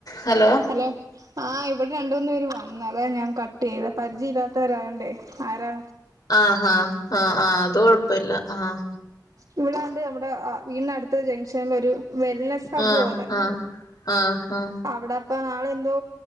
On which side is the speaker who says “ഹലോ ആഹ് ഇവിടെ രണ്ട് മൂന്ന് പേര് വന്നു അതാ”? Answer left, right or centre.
Right